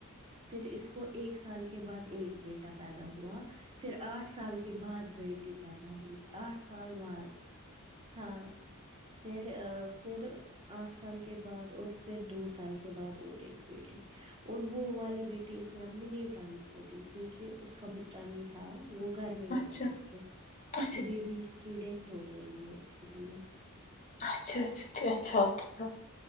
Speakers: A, on the right (about 25°); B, on the left (about 30°).
A: پھر اس کو ایک سال کے بعد ایک بیٹا پیدا ہوا پھر آٹھ سال کے بعد بیٹی پیدا ہوئی آٹھ سال بعد ہاں فیر آ فیر آٹھ سال کے بعد اور فیر دو سال کے بعد اور ایک بیٹی اور وہ والی نی بیٹی اس نے اپنی دیو رانی کو دی کیونکی اس کا بچہ نہیں تھا وہ گھر میں ہی
B: اچھا
A: ہے
B: اچھا ٹھیک
A: اس کے اس
B: اچھا
A: کی بیبی اس کی ڈیتھ ہو گئی ہے اسی لیے
B: اچھا اچھا اچھا اچھا